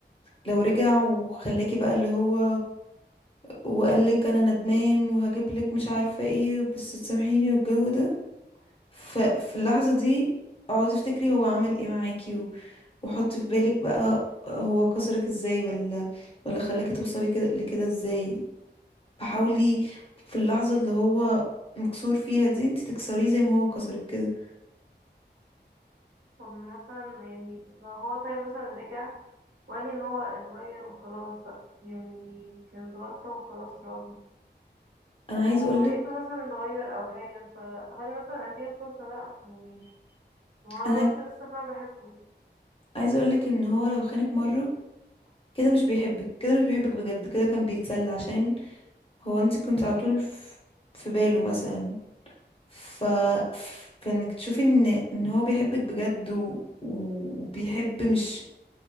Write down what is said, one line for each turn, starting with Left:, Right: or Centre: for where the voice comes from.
Left: لو رجع وخلاكي بقى اللي هو وقال لك انا ندمان وهجيب لك مش عارفه ايه بس تسامحيني والجو ده ففي اللحظه دي اقعدي افتكري هو عمل ايه معاكي و- وحطي في بالك بقى هو كسرك ازاي ولا ولا خلاكي توصلي كده لكده ازاي فحاولي في اللحظه اللي هو مكسور فيها دي انت تكسريه زي ما هو كسرك كده
Right: طب مثلا يعني لو هو طيب مثلا رجع وقال لي ان هو اتغير وخلاص بقى يعني كانت غلطة وخلاص راحت
Left: انا عايزه
Right: ولقيته
Left: اقول لك
Right: مثلا اتغير او حاجة فهل مثلا اديله فرصة لا يعني مش- وأنا
Left: انا
Right: برضه لسه فاهمة بحبه
Left: عايزه اقول لك ان هو لو خانك مره كده مش بيحبك كده مش بيحبك بجد كده كان بيتسلى عشان هو انت كنت على طول في في باله مثلا ف... فانك تشوفي ان ان هو بيحبك بجد و... وبيحب مش